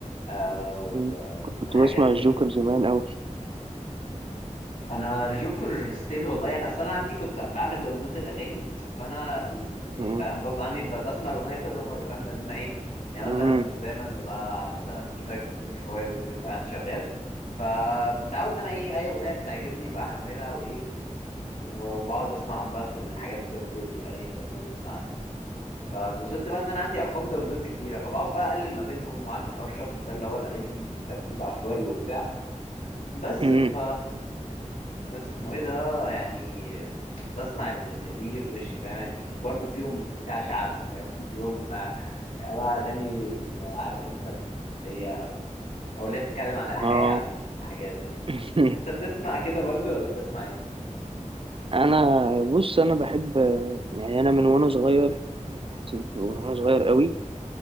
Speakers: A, on the left; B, on the right.
A: آه و-
B: مم. كنت
A: والحاجات
B: بسمع
A: دي
B: الجوكر زمان قوي
A: انا الجوكر ستيل والله يعني اصلا انا عندي كنت بعمل داونلود للاغاني فانا ال- يعني
B: امم
A: فاهم غصب عني ب- بسمع الاغنيه كذا مره فاهم لان انا ايه يعني مثلا
B: امم
A: مش دايما ببقى مثلا مشترك في سبوتيفاي وسبوتيفاي عندي شغال فمتعود ان انا ايه اي اغنيه تعجبني بحملها وايه وبقعد اسمعهم بقى في الحاجات الداونلودز الاغاني الداونلودز اللي عندي فوصلت بقى ان انا عندي ارقام داونلودز كبيره فبقعد بقى اقلب ما بينهم واعمل حوار شافل ده اللي هو الاغاني تيجي في ترتيب عشوائي وبتاع بس
B: امم
A: ف اسمه ايه ده يعني بسمع ال- ال- اللي يجي في وشي فاهم يعني وبرده فيهم فيها شعبي فاهم <laughs> فيهم آه، يعني بقى اغاني ال- عارف انت الرومانسيه او او اللي هي بتتكلم عن الحياه
B: اه
A: عموما الحاجات دي
B: <laughs>
A: انت بتسمع كده برضو ولا بتسمع ايه
B: انا بص انا بحب يعني انا من وانا صغير كنت من وانا صغير قوي